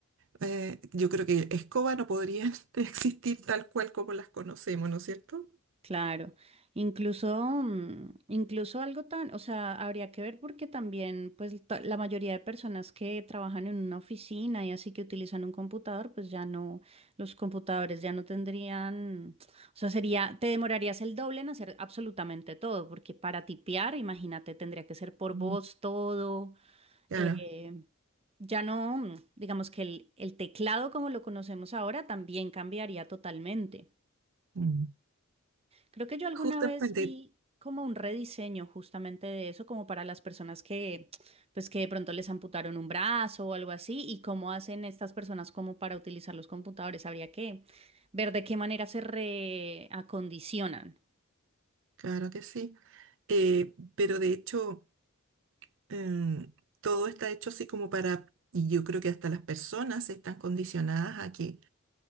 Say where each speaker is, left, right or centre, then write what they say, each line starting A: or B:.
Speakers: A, on the right; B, on the right.
A: eh, yo creo que escoba no podrían <laughs> existir tal cual como las conocemos, ¿no es cierto?
B: Claro, incluso, mm, incluso algo tan, o sea, habría que ver porque también, pues, ta- la mayoría de personas que trabajan en una oficina y así que utilizan un computador, pues ya no, los computadores ya no tendrían, o sea, sería, te demorarías el doble en hacer absolutamente todo, porque para tipear, imagínate, tendría que ser por
A: Mm.
B: voz todo,
A: Claro.
B: eh, ya no, mm, digamos que el el teclado como lo conocemos ahora también cambiaría totalmente.
A: Mm.
B: Creo que yo alguna
A: Justamente,
B: vez vi como un rediseño justamente de eso, como para las personas que, pues que de pronto les amputaron un brazo o algo así, y cómo hacen estas personas como para utilizar los computadores. Habría que ver de qué manera se reacondicionan.
A: claro que sí. Eh, pero de hecho. em, todo está hecho así como para, y yo creo que hasta las personas están condicionadas a que